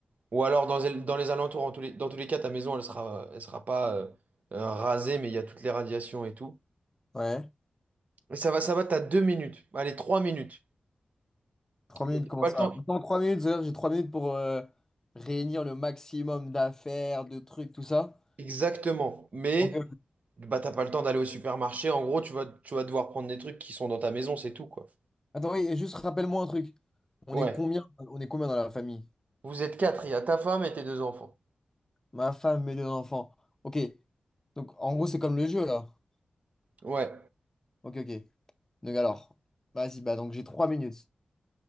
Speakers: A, on the right; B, on the left.
A: Ou alors dans, el- dans les alentours, en tous les- dans tous les cas, ta maison, elle sera, elle sera pas euh, euh, rasée, mais il y a toutes les radiations et tout.
B: Ouais.
A: Et ça va, ça va, t'as deux minutes, allez, trois minutes.
B: Trois minutes,
A: T'as
B: comment
A: pas
B: ça?
A: le temps,
B: Dans trois minutes, c'est-à-dire que j'ai trois minutes pour euh, réunir le maximum d'affaires, de trucs, tout ça.
A: Exactement. Mais
B: Ok,
A: bah t'as pas le temps d'aller au supermarché. En gros, tu vas, tu vas devoir prendre des trucs qui sont dans ta maison, c'est tout, quoi.
B: Attends, oui, et juste rappelle-moi un truc. On
A: Ouais,
B: est combien, on est combien dans la famille?
A: Vous êtes quatre, il y a ta femme et tes deux enfants.
B: Ma femme, mes deux enfants. Ok. Donc, en gros, c'est comme le jeu, là.
A: ouais.
B: Ok, ok. Donc, alors, vas-y, bah, donc j'ai trois minutes.